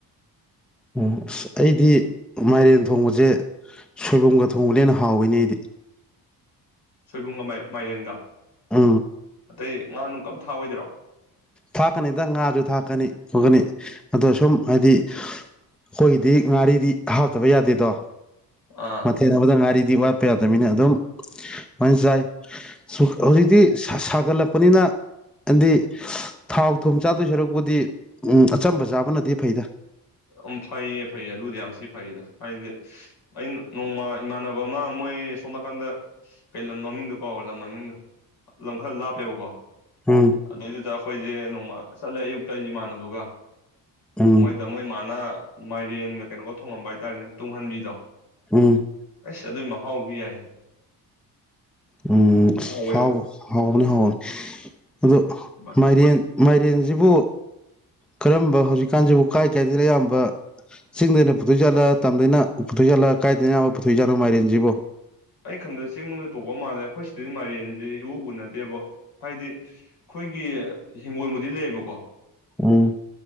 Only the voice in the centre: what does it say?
ꯑꯣ ꯑꯁ ꯑꯩꯗꯤ ꯃꯥꯏꯔꯦꯟ ꯊꯣꯡꯕꯁꯦ ꯁꯣꯏꯕꯨꯝꯒ ꯊꯣꯡꯕꯅ ꯍꯦꯟꯅ ꯍꯥꯎꯋꯤꯅꯦ ꯑꯩꯗꯤ
ꯑ
ꯊꯥꯛꯀꯅꯤꯗ ꯉꯥꯁꯨ ꯊꯥꯛꯀꯅꯤ ꯈꯣꯠꯀꯅꯤ ꯑꯗꯣ ꯁꯨꯝ ꯍꯥꯏꯗꯤ ꯑꯈꯣꯏꯒꯤꯗꯤ ꯉꯥꯔꯤꯗꯤ ꯍꯥꯞꯇꯕ ꯌꯥꯗꯦꯗꯣ
ꯃꯊꯦꯟ ꯑꯃꯗ ꯉꯥꯔꯤ ꯗꯤ ꯋꯥꯠꯄ ꯌꯥꯗꯕꯅꯤꯅ ꯑꯗꯨꯝ ꯃꯥꯏꯅ ꯆꯥꯏ ꯍꯧꯖꯤꯛꯇꯤ
ꯁꯥꯒꯠꯂꯛꯄ ꯄꯅꯤꯅ ꯍꯥꯏꯗꯤ ꯊꯥꯎ ꯊꯨꯝ ꯆꯥꯗꯣꯏ ꯁꯔꯛꯄꯨꯗꯤ ꯎꯝ ꯑꯆꯝꯕ ꯆꯥꯕꯅꯗꯤ ꯐꯩꯗ
ꯎꯝ
ꯎꯝ
ꯑꯝ
ꯎꯝ ꯑꯁ
ꯍꯥꯎ ꯍꯥꯎꯕꯅꯤ ꯍꯥꯎꯕꯅꯤ ꯑꯗꯨ
ꯃꯥꯏꯔꯦꯟ ꯃꯥꯏꯔꯦꯟꯁꯤꯕꯨ ꯀꯔꯝꯕ ꯍꯧꯖꯤꯛꯀꯥꯟꯁꯤꯕꯨ ꯀꯥꯏ ꯀꯥꯏꯗꯅ ꯑꯌꯥꯝꯕ ꯆꯤꯡꯗꯩꯅ ꯄꯨꯊꯣꯛꯏꯖꯥꯠꯂ ꯇꯝꯗꯩꯅ ꯄꯨꯊꯣꯛꯏꯖꯥꯠꯂ ꯀꯥꯏꯗꯅ ꯄꯨꯊꯣꯛꯏꯖꯥꯠꯅꯣ ꯃꯥꯏꯔꯦꯟꯁꯤꯕꯨ
ꯎꯝ